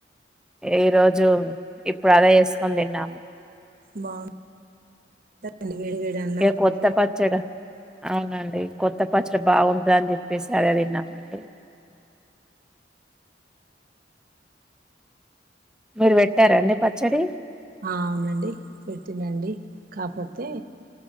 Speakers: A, in the centre; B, on the right.
A: ఈరోజు ఇప్పుడు అదే వేసుకొని తిన్నాము
B: బగు అడి వేడి వేడు అన్నంలోకి
A: ఇక కొత్త పచ్చడి అవునండి కొత్త పచ్చడి బాగుంటద అని చెప్పేసి అదె తిన్నామండి మీరు పెట్టారండి పచ్చడి
B: ఆ అవునండి పెట్టినండి కాపోతే